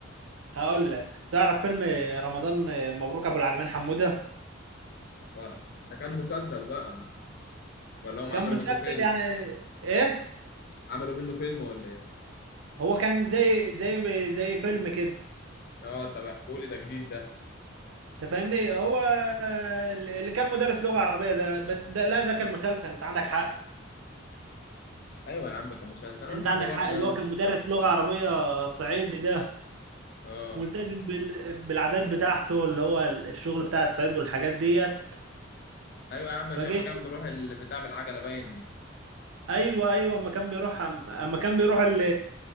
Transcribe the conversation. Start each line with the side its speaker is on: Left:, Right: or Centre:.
Right: هقول لك تعرف فيلم رمضان مبروك ابو العلمين حمودة
Left: و... ده كان مسلسل بقى ولا هم
Right: كان
Left: عملوا
Right: مسلسل
Left: منه فيلم
Right: يعني ايه
Left: عملوا منه فيلم ولا
Right: هو كان زي زي زي فيلم كده
Left: اه طب احكوا لي ده جديد ده
Right: انت فاهمني هو اللي كان مدرس لغة عربية ده بس ده لا ده كان مسلسل انت عندك حق
Left: ايوه يا عم كان مسلسل انا
Right: انت
Left: قلت
Right: عندك
Left: كده برضه
Right: حق اللي هو كان مدرس لغة عربية صعيدي ده
Left: اه
Right: ملتزم بال- بالعادات بتاعته اللي هو الشغل بتاع الصعيد والحاجات ديت
Left: ايوه يا عم مش
Right: فجه
Left: لما كان بروح البتاع بالعجله باين
Right: ايوه ايوه اما كان بيروح اما كان بيروح ال-